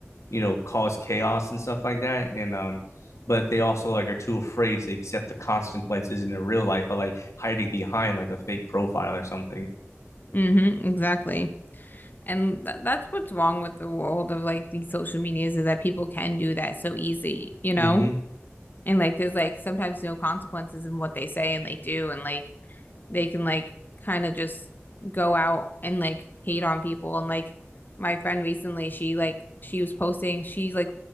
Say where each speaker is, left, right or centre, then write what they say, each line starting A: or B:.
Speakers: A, on the left; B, on the left.
A: you know cause chaos and stuff like that. And um, but they also like are too afraid to accept the consequences in their real life by like hiding behind like a fake profile or something.
B: Mm-hmm. Exactly. And th that's what's wrong with the world of like these social medias is that people can do that so easy, you know?
A: Mm-hmm.
B: And like there's like sometimes no consequences in what they say and they do and like they can like kind of just go out and like hate on people. And like my friend recently, she like she was posting, she's like